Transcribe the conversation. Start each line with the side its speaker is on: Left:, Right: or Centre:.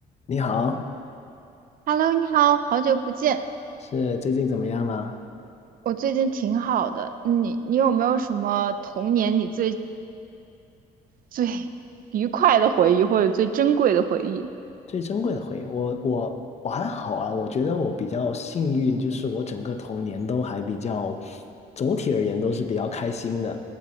Left: 你好，
Right: Hello，你好，好久不见。
Left: 是最近怎么样了？
Right: 我最近挺好的，你你有没有什么童年你最最 <laughs> 愉快的回忆，或者最珍贵的回忆？
Left: 最珍贵的回忆，我我我还好啊，我觉得我比较幸运，就是我整个童年都还比较，总体而言都是比较开心的。